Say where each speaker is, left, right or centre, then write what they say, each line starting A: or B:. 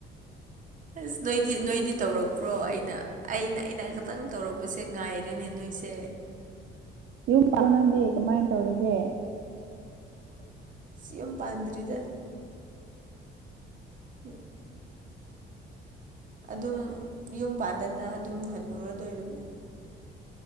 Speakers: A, on the right; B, on the right.
A: ꯑꯁ ꯅꯣꯏꯗꯤ ꯅꯣꯏꯗꯤ ꯇꯧꯔꯛꯄ꯭ꯔꯣ ꯑꯩꯅ ꯑꯩꯅ ꯑꯩꯅ ꯈꯛꯇꯪ ꯇꯧꯔꯛꯄꯁꯦ ꯉꯥꯏꯔꯦ ꯅꯣꯏꯁꯦ
B: ꯌꯨꯝ ꯄꯥ ꯅꯪꯗꯤ ꯀꯃꯥꯏꯅ ꯇꯧꯔꯤꯒꯦ
A: ꯁ ꯌꯨꯝ ꯄꯥꯟꯗꯔꯤꯗ <inaudible> ꯑꯗꯨꯝ ꯌꯨꯝ ꯄꯥꯟꯗꯅ ꯑꯗꯨꯝ ꯍꯟꯅꯨꯔꯗꯣꯏꯔꯕꯅꯦ꯫